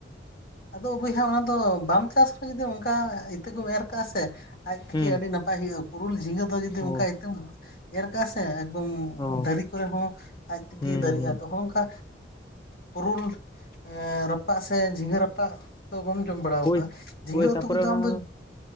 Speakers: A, on the left; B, on the left.
A: ᱟᱫᱚ ᱵᱚᱭᱦᱟ ᱚᱱᱟ ᱫᱚ ᱵᱟᱢ ᱪᱟᱥᱟ ᱡᱩᱫᱤ ᱚᱱᱠᱟ ᱤᱛᱟᱹ ᱠᱚᱢ ᱮᱨ ᱠᱟᱜᱼᱟ ᱥᱮ ᱟᱡ ᱛᱮᱜᱮ
B: ᱦᱮᱸ
A: ᱟᱹᱰᱤ ᱱᱟᱯᱟᱭᱼᱼ ᱯᱟᱭ ᱦᱩᱭᱩᱜᱼᱟ ᱯᱩᱨᱩᱞ ᱡᱷᱤᱸᱜᱟᱹ ᱫᱚ ᱡᱩᱫᱤ ᱚᱱᱠᱟ
B: ᱚ
A: ᱤᱛᱟᱹᱢᱼᱼ ᱮᱨ ᱠᱟᱜᱼᱟ ᱥᱮ ᱮᱠᱫᱚᱢ
B: ᱚ
A: ᱫᱟᱨᱮ ᱠᱚᱨᱮ ᱦᱚᱸ ᱟᱡ ᱛᱮᱜᱮ
B: ᱦᱮᱸ
A: ᱫᱟᱨᱮᱜᱼᱟ
B: ᱦᱮᱸ
A: ᱛᱚ ᱦᱚᱸᱚᱝ ᱠᱟᱼᱼ ᱯᱩᱨᱩᱞ ᱨᱟᱯᱟᱜ ᱥᱮ ᱡᱷᱤᱸᱜᱟᱹ ᱨᱟᱯᱟᱜ, ᱛᱚ ᱵᱟᱢ ᱡᱚᱢ ᱵᱟᱲᱟ ᱟᱠᱟᱫᱟ
B: ᱦᱳᱭ
A: ᱡᱷᱤᱸᱜᱟᱹ
B: ᱦᱳᱭ
A: ᱩᱛᱩ
B: ᱛᱟᱯᱚᱨᱮ
A: ᱠᱚᱫᱚ
B: ᱚᱱᱟ
A: ᱟᱢ ᱫᱚ